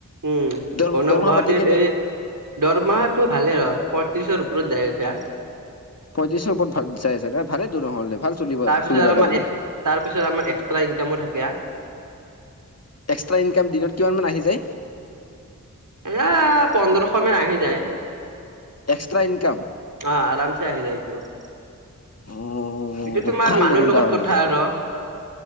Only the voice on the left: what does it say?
দৰ
দৰমহা
পাতি কেনে
পঁয়ত্ৰিশৰ ওপৰত ভাল যাই আছে ন ভালে দৰমহা হ'লে ভাল চলিব
চলিবৰ কাৰণে
এক্সট্ৰা ইনকাম দিনত কিমান মান আহি যায়-
এক্সট্ৰা ইনকাম
অ
ভাল
দেখোন
তাহ'লে